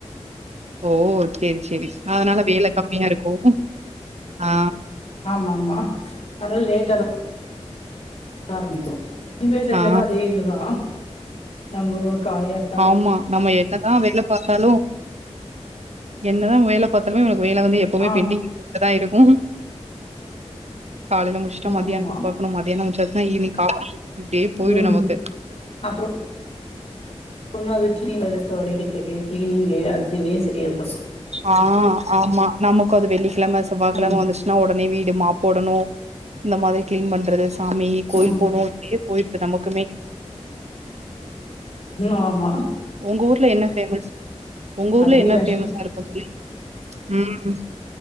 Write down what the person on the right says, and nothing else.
ஓ சேரி சேரி அதுனால வேல கம்மியா இருக்கு ஆ
ஆ,
ஆமா நம்ம என்னதா வேல பாத்தாலு என்னதா வேல பாத்தாலுமே நமக்கு வேல வந்து எப்போமே
பெண்டிங் இருந்துகிட்டுதா இருக்கு காலேல முடிஸ்ட்டோ மத்யான்த்துக்கு
பாக்கணு மதியானோ முடிச்சாச்னா ஈவினிங் காஃபி இப்டியே போய்டு
நமக்கு
ஆ ஆமா நமக்கு அது வெள்ளிக்கிழம செவ்வாயகிழம
வந்துர்ஸ் னா ஒடனே வீடு மாப் போடனு இந்த மாதிரி கிளீன் பண்றது சாமி கோயில்
போனு அப்டியே போயிருது நமக்குமே
உங்க ஊர்ல என்ன ஃபேமஸ் உங்க ஊர்ல
என்ன
ஃபேமஸ்ஸா இருக்கு தோழி ம்